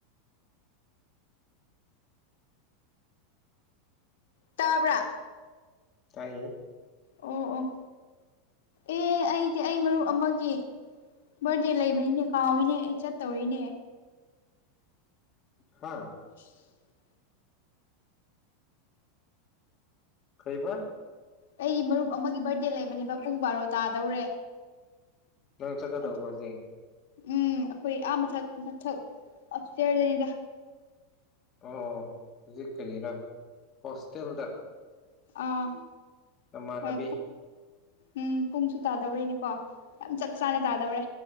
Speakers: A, on the left; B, on the left.
A: ꯇꯥꯕ꯭ꯔꯥ
B: ꯇꯥꯏꯌꯦ
A: ꯑꯣ ꯑꯣ ꯑꯦ ꯑꯩꯗꯤ ꯑꯩ ꯃꯔꯨꯞ ꯑꯃꯒꯤ ꯕꯥꯔꯗꯦ ꯂꯩꯕꯅꯤꯅꯦ ꯀꯥꯎꯏꯤꯅꯦ ꯑꯩ ꯆꯠꯇꯧꯔꯤꯅꯦ
B: ꯍꯥ
A: <inaudible>
B: ꯀꯩꯕ
A: ꯑꯩꯒꯤ ꯃꯔꯨꯞ ꯑꯃꯒꯤ ꯕꯥꯔꯗꯦ ꯂꯩꯕꯅꯦꯕ ꯄꯨꯡ ꯕꯥꯔꯣ ꯇꯥꯗꯧꯔꯦ
B: ꯅꯪ ꯆꯠꯒꯗꯧꯕꯁꯦ
A: ꯑꯗꯨ ꯎꯝ ꯑꯩꯈꯣꯏ ꯑꯥ ꯃꯊꯛ ꯃꯊꯛ ꯑꯞꯇꯔꯗꯅꯤꯗ
B: ꯑꯣ ꯍꯧꯖꯤꯛ ꯀꯔꯤꯔ ꯍꯣꯁꯇꯦꯜꯗ
A: ꯑꯥ
B: ꯅꯃꯥꯟꯅꯕꯤ
A: ꯍꯣꯏ ꯎꯝ ꯄꯨꯡꯁꯨ ꯇꯥꯗꯧꯔꯤꯅꯦꯀꯣ ꯌꯥꯝ ꯆ ꯆꯥꯅꯦ ꯇꯥꯗꯕꯔꯦ